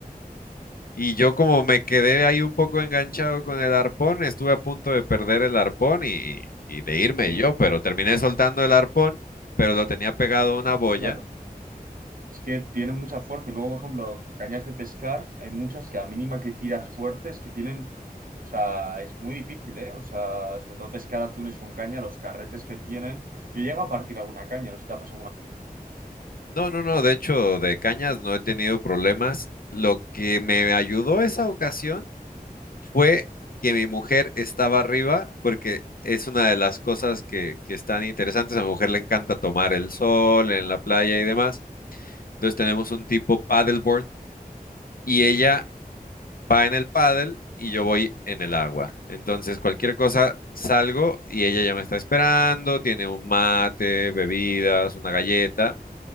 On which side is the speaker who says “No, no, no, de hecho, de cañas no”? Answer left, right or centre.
Left